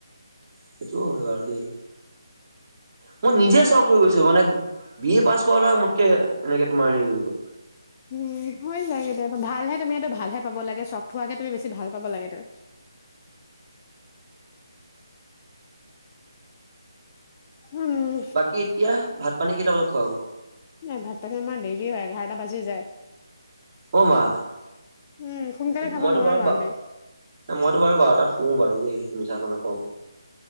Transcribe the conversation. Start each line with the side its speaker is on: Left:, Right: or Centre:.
Right: সেইটোও হয় বাৰু দেই। মই
Left: সেইটোৱে
Right: নিজে চকদ হৈ গৈছো, মানে বি এ পাছ কৰা লৰা মোতকে এনেকে তোমাৰ হেৰি হৈ গ'ল।
Left: উ, হৈ যায় কেতিয়াবা ভালহে তুমি এইটো ভালহে পাব লাগে, স্বক হোৱাকে তুমি বেছি ভাল পাব লাগে এইটো। উম,
Right: বাকী এতিয়া ভাত পানী কেইটা বজাত খোৱা হ'ব?
Left: নাই ভাত-পানী আমাৰ দেৰি হয়, এঘাৰটা বাজি যায়।
Right: অ', মা।
Left: উ, সোনকালে খাব
Right: মইতো
Left: নোৱাৰো
Right: বাৰু
Left: আমি।
Right: মইতো বাৰু বাৰটাত শোও বাৰু দেই, সেইটো মিছা কথা নকওঁ।